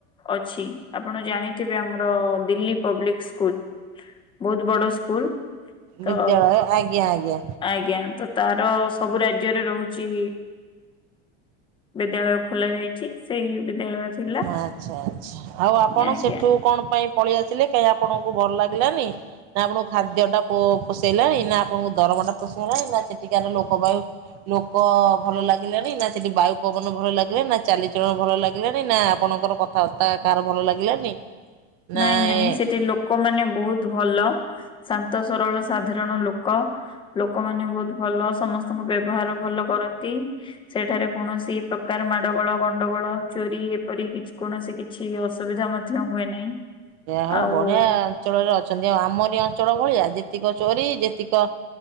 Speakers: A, on the left; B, on the right.
A: ଅଛି ଆପଣ ଜାଣିଥିବେ ଆମର ଦିଲ୍ଲୀ ପବ୍ଲିକ ସ୍କୁଲ। ବହୁତ ବଡ ସ୍କୁଲ୍ ତ
B: ବିଦ୍ୟାଳୟ ଆଜ୍ଞା ଆଜ୍ଞା।
A: ଆଜ୍ଞା ତ ତାର ସବୁ ରାଜ୍ୟରେ ରହୁଛି। ବିଦ୍ୟାଳୟ ଖୋଲା ଯାଇଛି ସେଇ ବିଦ୍ୟାଳୟ ଥିଲା
B: ଆଚ୍ଛା ଆଚ୍ଛା ଆଉ ଆପଣ
A: ଆଜ୍ଞା
B: ସେଠୁ କଣ ପାଇଁ ପଳେଇ ଆସିଲେ କାହିଁ ଆପଣଙ୍କୁ ଭଲ ଲାଗିଲାନି। ନା ଆପଣଙ୍କୁ ଖାଦ୍ୟ ଟା ପୋ ପୋଷେଇଲାଣି ନା ଆପଣଙ୍କୁ ଦରମମା ଟା ପୋଷେଇଲାଣି ନା ସେଠିକ ଲୋକ ବାୟୁ ଲୋକ ଭଲ ଲାଗିଲାଣି ନା ସେଠି ବାୟୁ ପବନ ଭଲ ଲାଗିଲେ ନା ଚାଲିଚଳଣ ଭଲ ଲାଗିଲାନି ନା ଆପଣଙ୍କର କଥା ବାର୍ତ୍ତା କାହାର ଭଲ ଲାଗିଲାନି। ନା
A: ନାଇଁ ନାଇଁ
B: ଏ
A: ସେଠି ଲୋକମାନେ ବହୁତ ଭଲ। ଶାନ୍ତ ସରଳ ସାଧାରଣ ଲୋକ। ଲୋକମାନେ ବହୁତ ଭଲ ସମସ୍ତଙ୍କ ବ୍ୟବହାର ଭଲ କରନ୍ତି। ସେଠାରେ କୌଣସି ପ୍ରକାର ମାଡଗୋଳ ଗଣ୍ଡଗୋଳ ଚୋରି ଏପରି କି କୌଣସି କିଛି କିଛି ଅସୁବିଧା ମଧ୍ୟ ହୁଏ ନାହିଁ।
B: ଯା ହଉ
A: ଆଉ
B: ବଢିଆ ଅଞ୍ଚଳରେ ଅଛନ୍ତି ଆଉ ଆମର ଏ ଅଞ୍ଚଳ ଭଳିଆ ଯେତିକ ଚୋରି ଯେତିକ